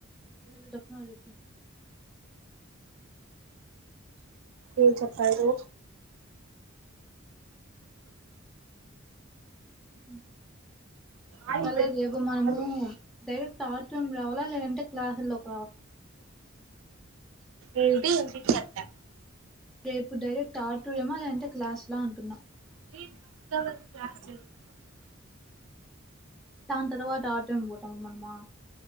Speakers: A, in the centre; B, on the right.
A: మీ తప్పవ చెేపు
B: ఏం చెప్పారు
A: <inaudible>
B: ఆయిల్
A: సరలేే
B: పెట్టుకొని
A: రేపు మనము
B: కాల్
A: డైరెక్ట్ ఆటం రావాలా లేదంటే లలాలక్
B: <inaudible> ఎంది వినిపించట్లే
A: రేపు డైరెక్ట్ ఆడిటోరియం ఆ లేదంటే క్లాస్ లా అంటున్నా
B: <inaudible>
A: టాం తరువాత ఆటోం పోటమ మనామా